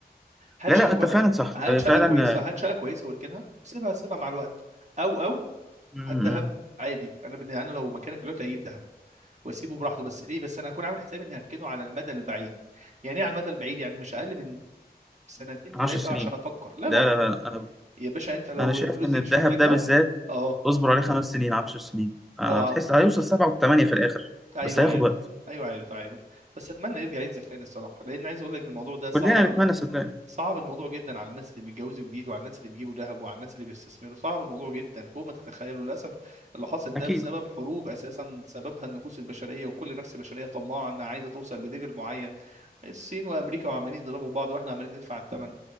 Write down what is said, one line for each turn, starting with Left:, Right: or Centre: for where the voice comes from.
Right: هات
Centre: لا لا
Right: شقه كوي...
Centre: انت فعلا صح
Right: هات
Centre: آه،
Right: شقه
Centre: فعلا
Right: كويسه
Centre: آه،
Right: هات شقه كويسه واركنها سيبها سيبها مع الوقت او او
Centre: م- م-
Right: هات دهب عادي انا بن... انا لو مكانك دلوقتي هجيب دهب واسيبه براحته بس ليه بس انا هكون عامل حسابي اني هركنه على المدى البعيد يعني ايه على المدى البعيد يعني مش اقل من سنتين
Centre: عشر
Right: ثلاثه
Centre: سنين
Right: عشان افكر لا
Centre: لا
Right: لا
Centre: لا لا انا
Right: يا باشا انت لو
Centre: انا شايف
Right: الفلوس
Centre: ان
Right: دي
Centre: الذهب
Right: مش محتاجها
Centre: ده بالذات
Right: اه
Centre: اصبر عليه خمس سنين عشر سنين آه،
Right: اه
Centre: تحس هيوصل سبعة وثمانية في الاخر
Right: ايوه
Centre: بس هياخد
Right: عارف
Centre: وقت
Right: ايوه عارف عارف بس اتمنى يرجع ينزل تاني الصراحه لان عايز اقول لك الموضوع ده صعب
Centre: كلنا نتمنى صدقني
Right: صعب الموضوع جدا على الناس اللي بيتجوزوا جديد وعلى الناس اللي بيجيبوا ذهب وعلى الناس اللي بيستثمروا صعب الموضوع جدا فوق ما تتخيلوا للاسف اللي حاصل ده
Centre: اكيد
Right: بسبب حروب اساسا سببها النفوس البشريه وكل نفس بشريه طماعه انها عايزه توصل لليفل معين الصين وامريكا وعمالين يضربوا بعض واحنا عمالين ندفع الثمن